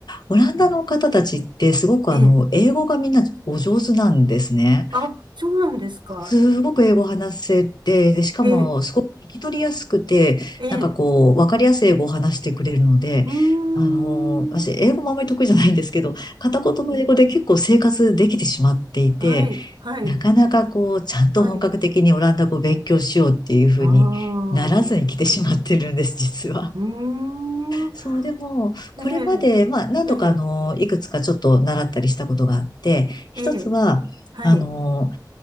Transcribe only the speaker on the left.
オランダの方たちってすごくあの、
英語がみんなお上手なんですね。
すごく英語を話せて、で、しかもすごく聞き取りやすくて、
なんかこう、わかりやすい英語を話してくれるので、
あのー、私、英語もあまり得意じゃないんですけど、片言の英語で結構生活できてしまっていて、
なかなかこう、ちゃんと本格的にオランダ語を勉強しようっていうふうにならずに来てしまってるんです、
実は。
そう、でも、これまで、
まあ、何度かあの、
いくつかちょっと習ったりしたことがあって、一つは、
あの